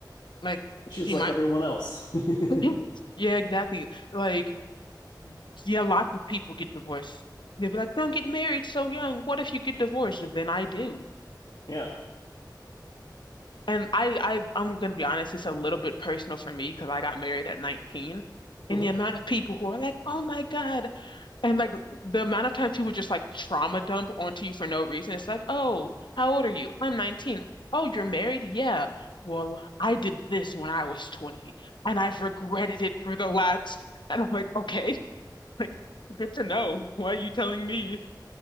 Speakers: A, on the left; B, on the left.
A: Like
B: she's
A: she
B: like
A: might
B: everyone else
A: <laughs>
B: <laughs>
A: Yeah, exactly. Like, yeah, lots of people get divorced. They'd be like, don't get married so young. What if you get divorced? Then I do.
B: yeah
A: And I, I I'm gonna be honest, it's a little bit personal for me because I got married at 19.
B: mm-hmm.
A: And the amount of people who are like, oh my God, And like the amount of times people just like trauma dump onto you for no reason. It's like, oh, how old are you? I'm 19. Oh, you're married? Yeah. Well, I did this when I was 20 and I've regretted it for the last. <laughs> And I'm like, okay, <laughs> like good to know. Why are you telling me?